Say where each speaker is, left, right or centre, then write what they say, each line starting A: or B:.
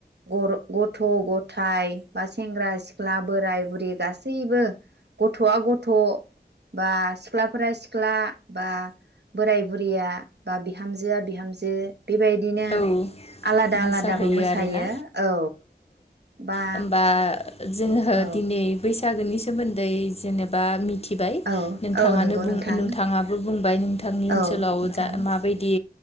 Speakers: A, on the right; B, on the left.
A: गर गथ' गथाय बा सेंग्रा सि ख्ला बोराय बुरि गासैबो गथ'आ गथ' बा सिख्लाफोरा सिख्ला बा बोराय बुरैया बा बिहामजोआ बिहामजो बेबायदिनो
B: औ
A: आलादा
B: मोसाहैयो
A: आलादाबो मोसायो
B: आरोना
A: औ बा
B: होमबा जोङो
A: औ
B: दिनै बै सागोनि सोमोन्दै जेनेबा मि थिबाय
A: औ
B: नोंथाङानो
A: औ नंगौ
B: बुं
A: नोंथां
B: नोंथाङाबो बुंबाय नोंथांनि
A: औ
B: ओनसोलाव
A: नोंथां
B: जा माबायदि